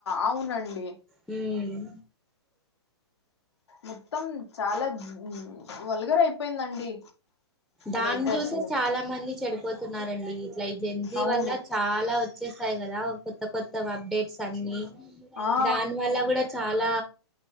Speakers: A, on the left; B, in the centre.
A: అవునండి
B: హ్మ్
A: మొత్తం చాలా వల్గర్ అయి పోయిందండి
B: దాన్ని
A: ఇదైతే
B: చూసే
A: అసలు
B: చాలా మంది చెడిపోతున్నారండి ఇట్లా ఈ జన్జీ
A: అవును
B: వల్ల చాలా వచ్చేసాయి కదా కొత్త కొత్త అప్డేట్స్ అన్ని
A: ఆ
B: దాని వల్ల కూడా చాలా